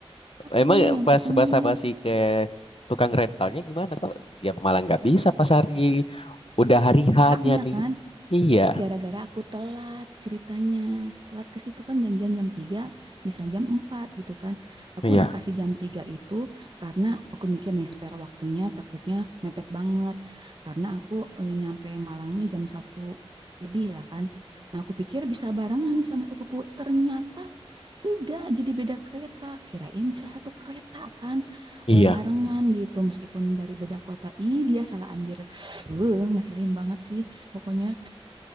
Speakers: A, on the right; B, on the left.
A: aku
B: Emang
A: yang
B: pas
A: pesennya
B: basa-basi ke tukang rentalnya gimana kok? Ya malah nggak bisa pas hari udah hari hanya
A: haknya
B: nih.
A: kan
B: Iya,
A: gara-gara aku telat ceritanya. Telat ke situ kan janjian jam 3 bisa jam 4 gitu kan. Aku
B: iya,
A: udah kasih jam 3 itu karena aku mikir nih spare waktunya takutnya mepet banget. Karena aku eh, nyampe Malangnya jam satu lebih lah kan. Nah aku pikir bisa barengan nih sama sepupu. Ternyata enggak, jadi beda kereta. Kirain bisa satu kereta kan,
B: iya.
A: eh, barengan gitu. Meskipun dari beda kota. Ih dia salah ambil. <sniffs> Eh, ngeselin banget sih pokoknya.